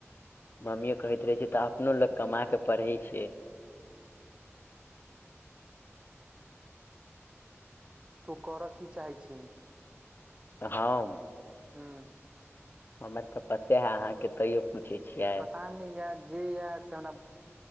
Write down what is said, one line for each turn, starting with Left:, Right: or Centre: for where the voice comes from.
Left: मम्मीयो कहैत रहय छय त अपनो लोग कमा क पढ़िय छय।
Right: तुं कर की चाहय छी।
Left: हम
Right: हुं
Left: हमर तऽ पते है अहाँ के तयो पुछय छियै।
Right: पता नय यै जेहिया से हमरा,